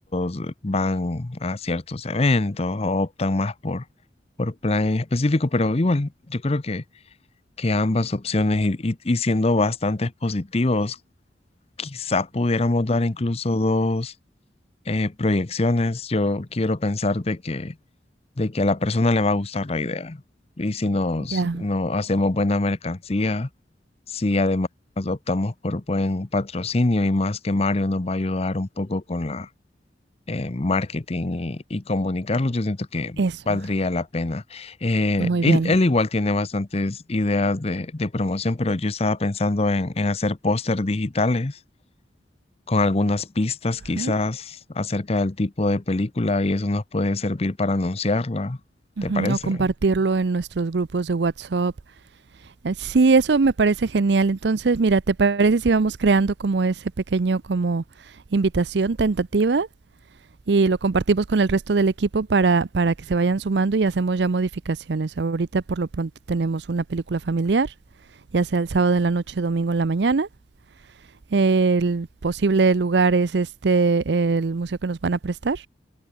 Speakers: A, on the left (about 35°); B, on the right (about 70°).
A: que van a ciertos eventos o optan más por, por plan en específico, pero igual, yo creo que, que ambas opciones y, y y siendo bastante positivos Quizá pudiéramos dar incluso dos eh, proyecciones. Yo quiero pensar de que, de que a la persona le va a gustar la idea. Y si nos,
B: ya,
A: no hacemos buena mercancía, si además optamos por buen patrocinio y más que Mario nos va a ayudar un poco con la eh, marketing y, y comunicarlos, yo siento que
B: eso.
A: valdría la pena. Eh,
B: Muy
A: él,
B: bien.
A: él igual tiene bastantes ideas de, de promoción, pero yo estaba pensando en, en hacer póster digitales con algunas pistas quizás
B: Ujú.
A: acerca del tipo de película y eso nos puede servir para anunciarla.
B: Ujú,
A: ¿Te parece?
B: O compartirlo en nuestros grupos de WhatsApp Eh, Sí, eso me parece genial. Entonces, mira, ¿te parece si vamos creando como ese pequeño como invitación tentativa y lo compartimos con el resto del equipo para, para que se vayan sumando y hacemos ya modificaciones? Ahorita por lo pronto tenemos una película familiar, ya sea el sábado en la noche, domingo en la mañana. El posible lugar es este, el museo que nos van a prestar